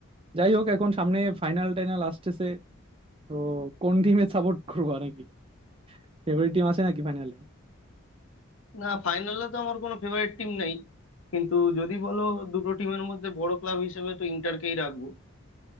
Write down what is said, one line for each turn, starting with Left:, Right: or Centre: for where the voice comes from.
Right: যাই হোক এখন সামনে ফাইনাল টাইনাল আসতেছে তো কোন টিমে সাপোর্ট করবা নাকি ফেভারিট টিম আছে নাকি ফাইনালে
Left: না ফাইনালে তো আমার কোনো ফেভারিট টিম নেই কিন্তু যদি বলো দুটো টিমের মধ্যে বড় ক্লাব হিসেবে তো ইন্টারকেই রাখবো